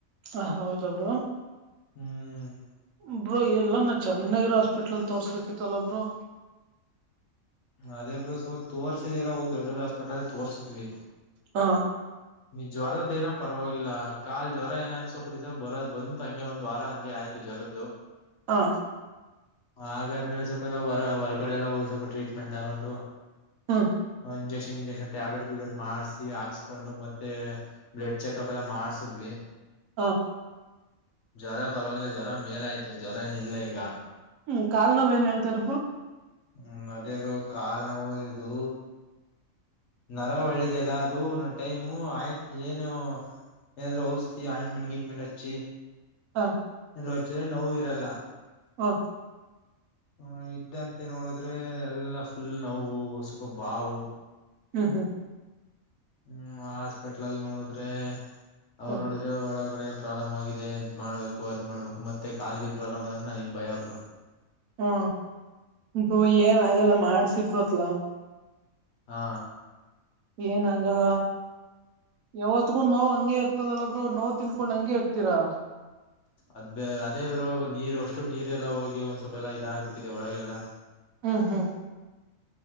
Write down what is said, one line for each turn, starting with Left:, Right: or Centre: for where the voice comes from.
Right: ಹ ಹೌದಬ್ರು
Left: ಹ್ಮ್
Right: ಒಬ್ರು ಎಲ್ಲ ನ ಚೆನ್ನಾಗಿರೋ ಹಾಸ್ಪಿಟ್ಲ್ ಅಲ್ಲಿ ತೋರ್ಸ್ಬೇಕಿತ್ತಲ್ಲ ಒಬ್ರು
Left: ಅದೇ ಬ್ರರು ಸ್ವಲ್ಪ ತೋರ್ಸಿದ್ಲ್ಲ ಹೋಗ್ ದೊಡ್ ದೊಡ್ಡಾಸ್ಪಟ್ಲ್ ತೋರ್ಸಿದ್ವಿ
Right: ಹಾ
Left: ನೀ ಜ್ವರದ ಏನೋ ಪರವಾಗಿಲ್ಲ ಕಾ ಜ್ವರ ಏನಾಯ್ತ ಸ್ವಪತಿಸ ಬರ ಬಂತತ್ ಹಂಗೆ ಒಂದ್ ವಾರ ಹಂಗೆ ಆಯ್ತಿತಿ ಜರ್ದು
Right: ಆ
Left: ಹಾಗಾದ್ಮೇಲೆ ಸ್ವಲ್ಪ ಎಲ್ಲ ಹೊರ ಹೊರಗಡೆ ಎಲ್ಲ ಹೋಗಿ ಸ್ವಲ್ಪ ಟ್ರೀಟ್ಮೆಂಟ್ ತಗೊಂಡು
Right: ಹಾ
Left: ಇಂಜೆಕ್ಷನ್ ಇಂಜೆಕ್ಷನ್ ಟ್ಯಾಬ್ಲೆಟ್್ಯಬ್ಲೆಟ್ ಮಾಡಸ ಹಾಕ್ಸ್ಕೊಂಡು ಮತ್ತೆ ಬ್ಲಡ್ ಚೆಕಪ್ ಎಲ್ಲ ಮಾಡ್ಸದ್ವಿ
Right: ಹಾ
Left: ಜ್ವರ ಪರವಾಗಿಲ್ಲ ಜ್ವರ ಮೇಲ ಆಯ್ತು ಜ್ವರ ಏನ ಇಲ್ಲ ಈಗ
Right: ಹ್ಮ್ ಕಾಲ್ ನವ್ ಏನ್ ಹೇಳ್ತಾರಬರು
Left: ಹ್ಮ ನದಿಯಾಗ ಕಾಲ್ ನೋವು ಇದು ನರ ಒಳ್ಳಿದಲ್ಲ ಅದು ನನ್ ಟೈಮು ಆಯ ಏನು ಏನಾದ ಔಸ್ಿ ಆಮೆಂಟ್ ಗಿಮೆಂಟ್ ಅಿ
Right: ಹಾ
Left: ರೋಚ ನೋವು ಇರಲ್ಲ
Right: ಹ್ಮ
Left: ಹ್ಮ ಇದ್ದಂತೆ ನೋಡದ್ರೆ ಎಲ್ಲಾ ಫುಲ್ ನೋವು ಸ್ವಲ್ಪ ಬಾವು
Right: ಹ್ಮ್ ಹ್ಮ್
Left: ಹ್ಮ್ ಹಾಸ್ಪಿಟ್ಲ್ ಅಲ್ಲಿ ನೋಡಿದ್ರೆ ಅವ್ರು
Right: ಹ
Left: ನೋಡಿದ್ರೆ ಒಳಗಡೆ ಪ್ರಾಬ್ಲಮ್ ಆಗಿದೆ ಅದ್ ಮಾಡ್ಬೇಕು ಅದ್ ಮಾಡ್ಬೇಕು ಮತ್ತೆ ಕಾಲಲ್ಗೆ ಪ್ರಾಬ್ಮ್ ನನಗ್ ಭಯಬ್ರು
Right: ಹಾ ಹು ಏನಾಗಲ್ಲ ಮಾಡ್ಸಿ ಬ್ರೋತ್ಲ
Left: ಹಾ
Right: ಏನಾಗಲ್ಲ ಯಾವತ್ಗೂ ನೋವು ಹಂಗೆ ಇರ್ತದಲ್ಲಬ್ರರು ನೋವ ತಿನ್ಕೊಂಡ್ ಹಂಗಗೆ ಇರ್ತೀರಾ
Left: ಅದ್ ಅದೇ ಬರು ನೀರ್ ಅಷ್ಟು ನೀರೆಲ್ಲ ಹೋಗಿ ಒಂದ್ ಸ್ವಲ್ಪ ಎಲ್ಲ ಇದಾಗಬಿಟ್ಟಿದೆ ಒಳಗೆಲ್ಲ
Right: ಹ್ಮ ಹಾ್